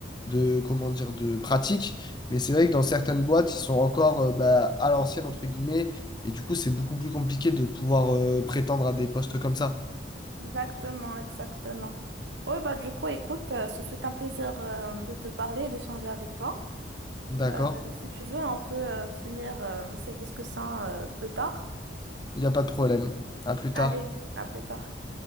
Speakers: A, on the left (about 25°); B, on the right (about 80°).
A: de, comment dire, de pratique. Mais c'est vrai que dans certaines boîtes, ils sont encore euh, ben, à l'ancienne, entre guillemets, et du coup, c'est beaucoup plus compliqué de pouvoir euh, prétendre à des postes comme ça.
B: Exactement, exactement. Oui, bah, du coup, écoute, euh, ce fut un plaisir euh, de te parler et d'échanger avec toi.
A: D'accord?
B: Euh, si tu veux, on peut euh, finir euh, cette discussion euh, plus tard.
A: Il n'y a pas de problème. À plus tard.
B: Allez, à plus tard.